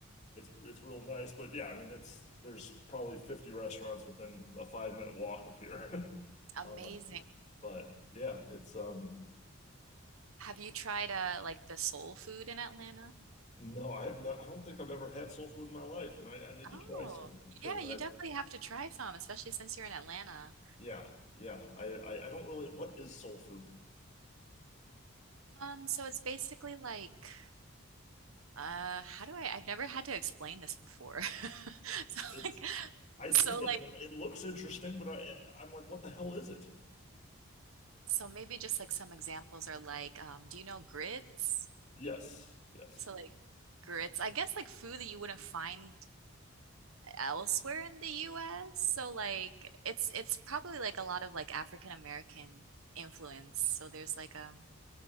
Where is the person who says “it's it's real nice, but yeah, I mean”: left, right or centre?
Left